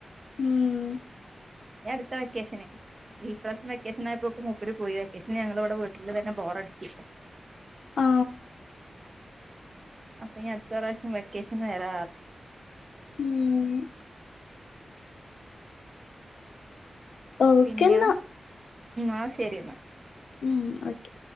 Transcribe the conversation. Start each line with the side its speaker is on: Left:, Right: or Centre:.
Left: ഹ്മ്മ്
Right: ഇനി അട്ത്ത വെക്കേഷന് ഈ പ്രാശ്യം വെക്കേഷനായപ്പോക്ക് മുപ്പര് പോയി വെക്കേഷൻ ഞങ്ങള് ഇവ്ടെ വീട്ട്ല് തന്നെ ബോറടിച്ചിര്ന്നു <inaudible>
Left: ആ
Right: അപ്പ ഇനി അട്ത്ത പ്രാവശ്യം വെക്കേഷന് വെരാ
Left: ഉം ഓക്കെന്നാ
Right: പിന്നെയോ ആഹ് ശെരിന്നാ
Left: ഹ്മ്മ് ഓക്കെ.